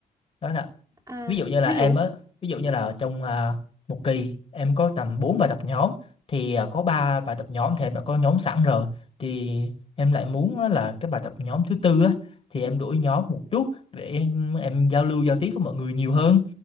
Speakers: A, on the left (about 35°); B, on the right (about 20°).
A: đó là
B: à
A: ví dụ như là
B: ví
A: em
B: dụ
A: á ví dụ như là trong à, một kỳ em có tầm 4 bài tập nhóm thì à, có 3 bài tập nhóm thì em đã có nhóm sẵn rồi thì em lại muốn á là cái bài tập nhóm thứ tư á thì em đổi nhóm một chút để em, em giao lưu giao tiếp với mọi người nhiều hơn